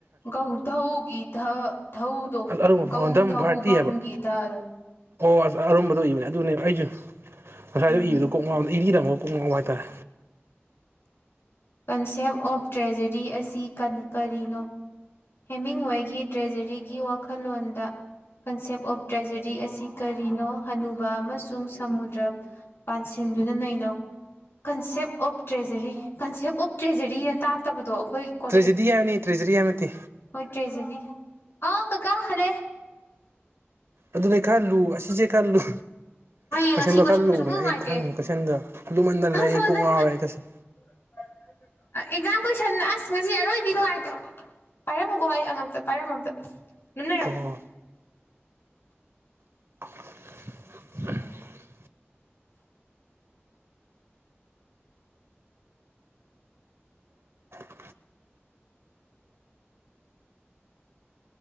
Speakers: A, on the left; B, on the right.
A: ꯧ ꯙꯎꯒꯤ ꯙ ꯙꯧꯗꯧ
B: ꯑꯔꯨꯝ
A: ꯧ
B: ꯙꯔꯝ
A: ꯙꯎ
B: ꯚꯥꯔꯇꯤ ꯍꯥꯏꯕ
A: ꯝꯒꯙ
B: ꯑꯣ ꯑꯁ ꯑꯔꯨꯝꯕꯗꯣ ꯏꯕꯅꯦ ꯑꯗꯨꯅꯦꯕ ꯑꯩꯁꯨ ꯉꯁꯥꯏꯗ
A: ꯎꯝ
B: ꯏꯕꯗꯨꯣ ꯀꯣꯛ ꯉꯗ ꯏꯕꯤꯔꯝꯃ ꯀꯨꯡ ꯍꯥꯏꯇꯥꯔꯦ
A: ꯀꯟꯁꯦꯞ ꯑꯣꯞ ꯇ꯭ꯔꯦꯖꯔꯤ ꯑꯁꯤ ꯀ ꯀꯔꯤꯅꯣ ꯍꯦꯃꯤꯡꯋꯦꯒꯤ ꯇ꯭ꯔꯦꯖꯔꯤꯒꯤ ꯋꯥꯈꯜꯂꯣꯟꯗ ꯀꯟꯁꯦꯞ ꯑꯣꯐ ꯇ꯭ꯔꯦꯖꯔꯤ ꯑꯁꯤ ꯀꯔꯤꯅꯣ ꯍꯅꯨꯕ ꯑꯃꯁꯨꯡ ꯁꯃꯨꯗ꯭ꯔ ꯄꯥꯟꯁꯤꯟ ꯗꯨꯅ ꯅꯩꯅꯩꯅꯣ concept of treasury concept of ꯇ꯭ꯔꯦꯖꯔꯤꯅ ꯇꯥꯛꯇꯕꯗꯣ ꯑꯩꯈꯣꯏ ꯀꯣꯂꯦ
B: ꯇ꯭ꯔꯦꯖꯤꯗꯤ ꯍꯥꯏꯕꯅꯤ ꯇ꯭ꯔꯦꯖꯤꯗꯤ ꯍꯥꯏꯕ ꯅꯠꯇꯦ
A: ꯍꯣꯏ ꯇ꯭ꯔꯦꯖꯔꯤ ꯑꯥꯎ ꯀꯀꯥ ꯍꯂꯦ
B: ꯑꯗꯨꯅꯦ ꯈꯜꯂꯨ ꯑꯁꯤꯁꯦ ꯈꯜꯂꯨ
A: ꯑꯩ
B: ꯀꯣꯏꯁꯟꯗꯣ
A: ꯉꯁꯤ ꯀꯣꯏꯁꯟ
B: ꯈꯔ ꯂꯨꯕꯅꯦ
A: ꯁꯨꯡꯅꯨꯡ ꯅꯨꯡꯉꯥꯏꯇꯦ
B: ꯑꯩ ꯈꯪꯉꯦ ꯀꯣꯏꯁꯟꯗꯣ ꯑꯗꯨꯃꯟꯟꯅꯅꯦ ꯑꯩ
A: ꯁꯣꯝꯗ
B: ꯀꯣꯛ ꯉꯥꯎꯔꯦ ꯑꯩ ꯀꯁꯟ
A: <unintelligible> ꯑꯦꯛꯖꯥꯝ ꯀꯣꯏꯁꯟ ꯑꯁ ꯉꯁꯤ ꯑꯔꯣꯏꯕꯤ ꯅꯨꯡꯉꯥꯏꯇꯦ ꯄꯥꯏꯔꯝꯃꯨꯀꯣ ꯑꯩ ꯑꯝꯇ ꯄꯥꯏꯔꯝꯃꯝꯇ ꯅ
B: ꯍꯣꯏ ꯍꯣꯏ <unintelligible> ꯎꯝ